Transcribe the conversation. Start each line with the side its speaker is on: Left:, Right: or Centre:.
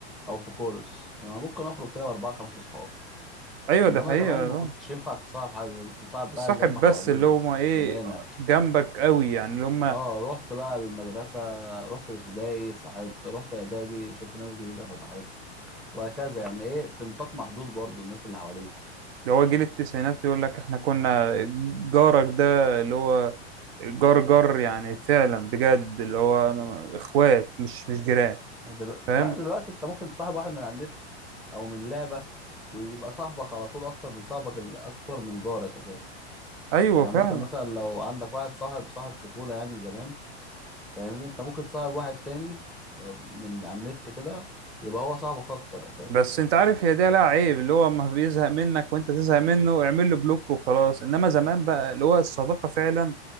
Centre: او في كورس ما ممكن اخرج كده باربعه خمسه اصحاب
Right: ايوه
Centre: انما
Right: ده حقيقه
Centre: زمان
Right: آه.
Centre: ما كنتش ينفع تصاحب حد انت تصاحب
Right: الصاحب
Centre: بقى اللي هم
Right: بس
Centre: حواليك
Right: اللي هما ايه
Centre: جيرانك
Right: جنبك قوي يعني اللي هما
Centre: اه رحت بقى المدرسة رحت الابتدائي صاحبت رحت اعدادي شفت ناس جديدة فصاحبت وهكذا يعني ايه في نطاق محدود برضو الناس اللي حواليك
Right: اللي هو جيل التسعينات يقول لك احنا كنا جارك ده اللي هو جار جار يعني فعلا بجد اللي هو أنا- اخوات مش مش جيران
Centre: دلو...
Right: فاهم
Centre: لا دلوقتي انت ممكن تصاحب واحد من على النت او من لعبة ويبقى صاحبك على طول اكتر من صاحبك ال- اكتر من جارك اساسا
Right: ايوه
Centre: يعني
Right: فعلا
Centre: ممكن مثلا لو عندك واحد صاحب صاحب طفولة يعني زمان فاهمني انت ممكن تصاحب واحد تاني آه، من على النت كده يبقى هو صاحبك اكتر اساسا
Right: بس انت عارف هي ده لها عيب اللي هو اما بيزهق منك وانت تزهق منه اعمل له بلوك وخلاص انما زمان بقى اللي هو الصداقه فعلا